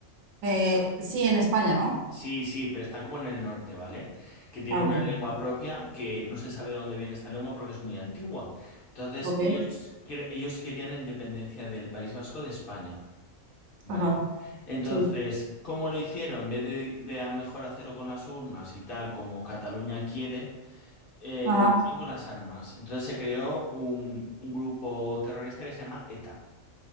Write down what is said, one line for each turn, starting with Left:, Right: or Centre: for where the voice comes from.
Right: Eh, sí, en España, ¿no?
Left: Sí, sí, pero está como en el norte, ¿vale? Que tiene
Right: Ah,
Left: una
Right: ok,
Left: lengua propia que no se sabe de dónde viene esta lengua porque es muy antigua. Entonces,
Right: ok,
Left: ellos, quer- ellos querían la independencia del País Vasco de España, ¿vale?
Right: Ajá,
Left: Entonces,
Right: sí.
Left: ¿cómo lo hicieron? En vez de, de a mejor hacerlo con las urnas y tal, como Cataluña quiere, eh,
Right: Ajá.
Left: lo hicieron con las armas. Entonces se creó un, un grupo terrorista que se llama ETA.